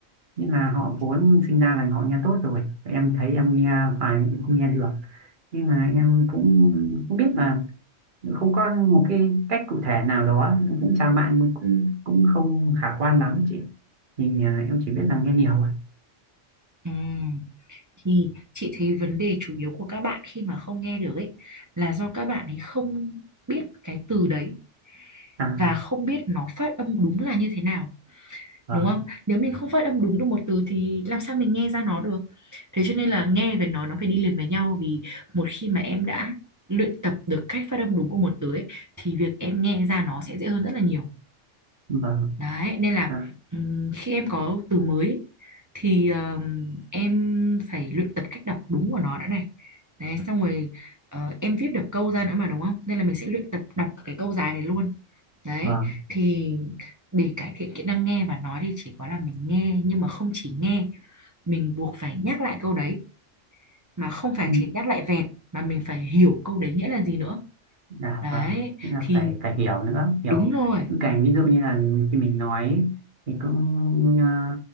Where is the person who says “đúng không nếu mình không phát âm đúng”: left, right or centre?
Right